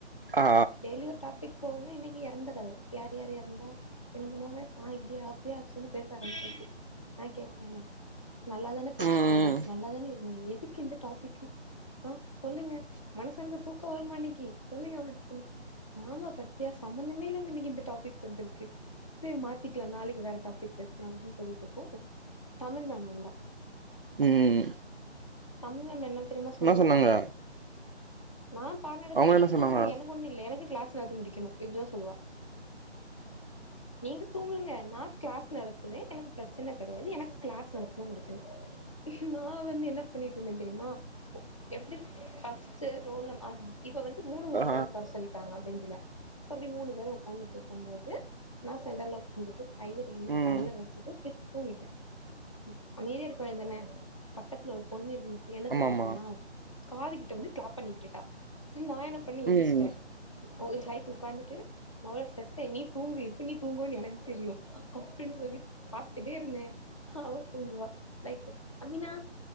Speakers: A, on the right; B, on the left.
A: ஆ
B: டெய்லி ஒரு டாபிக் இப்போனே இன்னைக்கி எறந்த கத யார் யார் இறந்தா என்ன பண்ணுவாங்க ஆ இப்டியா அப்டியா சொல்லி பேச ஆரம்பிச்சாச்சி ஆ கேட்ட நல்லாதான பேசிட்ருந்தீங்க
A: ம்
B: நல்லாதான இருந்தீங்க எதுக்கு இந்த டாபிக்கு ஆ சொல்லுங்க மனுசனுக்கு தூக்கோ வருமா இன்னிக்கி சொல்லுங்க ஒரு து ஆமா பாத்தியா சம்மந்தமே இல்லாம இன்னைக்கு இந்த டாபிக் வந்துருக்கு செர் மாத்திக்லா நாளைக்கு வேற டாபிக் பேஸ்லா அப்டின் சொல்லிட்ருக்கோ தமிழ் மேம் வந்தா
A: ம்
B: தமிழ் மேம் என்ன தெரியுமா சொல்லுவோ
A: என்ன சொன்னாங்க
B: ஆம் நா பாட நடத்துவே
A: அவங்க என்ன
B: நீங்க
A: சொன்னாங்க
B: தூங்குங்க எனக்கு ஒண்ணு இல்ல எனக்கு கிளாஸ் நடத்தி முடிக்கனு இப்டிதா சொல்லுவா நீங்க தூங்குங்க நா கிளாஸ் நடத்துவே எனக்கு பிரச்சன கெடையாது எனக்கு கிளாஸ் நடத்தி முடிக்கனு நா வந்து என்ன பண்ணிட்டுருந்தே தெரியுமா எப்டி ஃபஸ்ட் ரோல் நம் ஆ இப்ப வந்து மூணு மூணு
A: ஆ
B: பேர உக்கார சொல்லிட்டாங்க மேம் பெஞ்சில சோ அப்டி மூணு பேர் ஒக்காந்துட்டுருக்கு போது நா சென்டர்ல ஒக்காந்துட்டு கய்ய ரெண்டையு
A: ம்
B: கண்ல வச்சிட்டு த் தூங்கிட்டே அமைதியா இருக்க வேனு தான பக்கத்துல ஒரு பொண்ணு இருந்துட் டு என்ன
A: ஆமா
B: தெரியுமா
A: ஆமா
B: பண்ணா காது கிட்ட வந்து கிளாப் பண்ணி விட்டுட்டா ச்சுலி நா என்ன பண்ணி எந்திர்ஸ்ட்டே
A: ம்
B: அவுங்க சாய்க்கு உக்காந்துட்டு மவுள செத்த நீ தூங்கு இப்ப நீ தூங்குவன் எனக்கு தெரியு அ அப்பின் சொல்லிட் பாத்துக்ட்டே இருந்தே அவ தூங்குவா லைக் அமினா